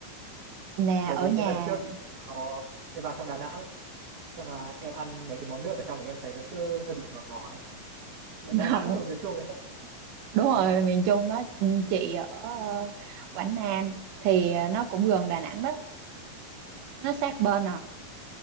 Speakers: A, on the right (about 75°); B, on the right (about 55°).
A: nè
B: bởi
A: ở
B: vì
A: nhà
B: cái lần trước em vào, em vào trong Đà Nẵng xong là em ăn mấy cái món nước ở trong thì em thấy nó cứ hơi bị ngọt ngọt đấy
A: <laughs>
B: Mà
A: gần
B: Đà Nẵng cũng thuộc miền Trung hay sao thì-
A: đúng rồi
B: đúng không?
A: miền Trung đó ừ, chị ở ờ, Quảng Nam thì ờ, nó cũng gần Đà Nẵng đó nó sát bên à